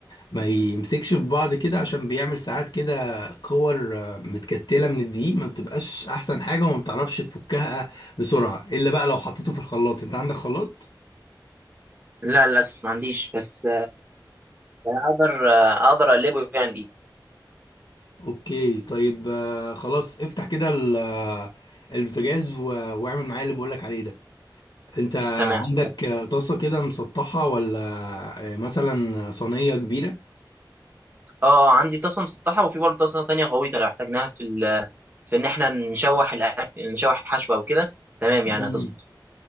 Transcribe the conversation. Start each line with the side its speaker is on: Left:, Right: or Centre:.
Left: ما يمسكش في بعض كده عشان بيعمل ساعات كده كور آه، متكتلة من الدقيق ما بتبقاش احسن حاجة وما بتعرفش تفكها بسرعة الا بقى لو حطيته في الخلاط انت عندك خلاط
Right: لا للأسف ما عنديش بس يعني اقدر اقدر اقلبه يعني بايدي
Left: اوكي طيب آه، خلاص افتح كده ال- آه، البوتاجاز و- واعمل معايا اللي بقولك عليه ده انت
Right: تمام
Left: عندك آه، طاسة كده مسطحة ولا آه، مثلا صينية كبيرة
Right: اه آه، عندي طاسه مسطحه وفي برضه طاسه تانية غويطه لو احتاجناها في ال... في ان احنا نشوح الاكل نشوح الحشوه او كده تمام
Left: مم.
Right: يعني هتظبط